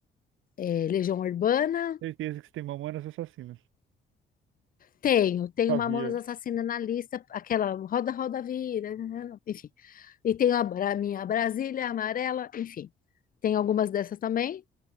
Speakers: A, on the left; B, on the right.
A: é, Legião Urbana,
B: Certeza que você tem Mamonas Assassinas.
A: Tenho, tenho
B: Sabia.
A: Mamonas Assassina na lista, aquela Roda, Roda, Vira, enfim. E tenho a Bra- minha Brasília Amarela, enfim. Tem algumas dessas também.